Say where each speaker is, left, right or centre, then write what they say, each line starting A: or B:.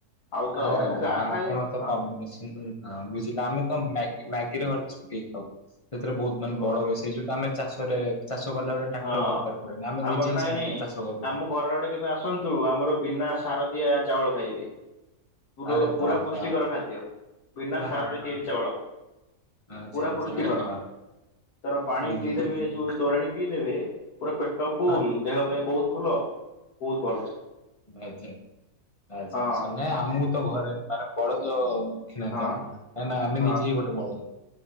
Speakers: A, on the left (about 75°); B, on the left (about 25°).
A: ଆଉ ତ
B: ଆରେ
A: ଏ
B: ଭାଇ
A: ଗାଁ
B: ଆପଣ
A: ଖାଇବା
B: ତ
A: ହଁ।
B: କବ। <unintelligible> ହଁ ବୁଝିଲେ ଆମେ ତ ମ୍ୟା-ମ୍ୟାଗିରେ <unintelligible> ଖାଉ ସେଥିରେ ବହୁତ ମାନେ
A: ଓ
B: ବଡ ହୁଏ ସେଇ ଯୋଉ ଆମେ ଚାଷରେ ଚାଷ କଲା ବେଳେ ଟ୍ରାକ୍ଟର
A: ହଁ
B: ଦରକାର ପଡେନି ଆମେ
A: ଆମର
B: ନିଜେ ହିଁ
A: ନାଇଁ
B: ସେମିତି
A: ନାଇଁ
B: ଚାଷ କରିଦଉ।
A: ଆମ ଘର ଆଡେ କେବେ ଆସନ୍ତୁ ଆମର ବିନା ସାରଦିଆ ଚାଉଳ ଖାଇବେ। ପୁର-ପୁରା
B: ଆରେ ବାପ୍
A: ପୁଷ୍ଟିକର
B: ରେ ବାପ୍
A: ଖାଦ୍ୟ ବିନା
B: ପୁରା
A: ସାରରେ
B: ହା
A: ତିଆରି
B: ଆ-
A: ଚାଉଳ
B: ଆଚ୍ଛା
A: ପୁରା
B: ଆଚ୍ଛା
A: ପୃଷ୍ଟିକର
B: ଆରେ ବା
A: ତାର ପାଣି
B: ବୁଝିଲି
A: ପିଇଦେବେ
B: ବୁଝିଲି
A: ଯୋଉ ତୋରାଣୀ ପିଇ ଦେବେ ପୁରା ପେଟ ଫୁଲ
B: ଆ
A: ଦେହ ପାଇଁ ବହୁତ ଭଲ ବହୁତ ଭଲ।
B: ଆଚ୍ଛା ଆଚ୍ଛା
A: ହଁ
B: <unintelligible> ଆମକୁ ଘର ସାରା ପଡେତ। କେହି ନାହାଁନ୍ତି
A: ହଁ
B: ଆମ ଘରେ, କାହିଁକିନା ଆମେ
A: ହଁ
B: ନିଜେ ଗୋଟେ ବଳ।